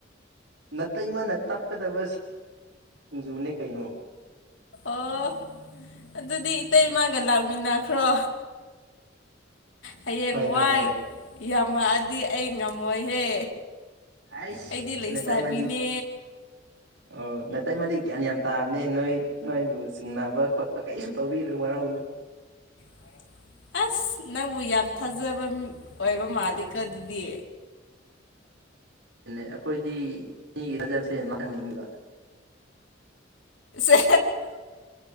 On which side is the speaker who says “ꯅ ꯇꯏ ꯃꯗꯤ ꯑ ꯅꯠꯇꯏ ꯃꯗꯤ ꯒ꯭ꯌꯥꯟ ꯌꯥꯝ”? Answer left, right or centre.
Right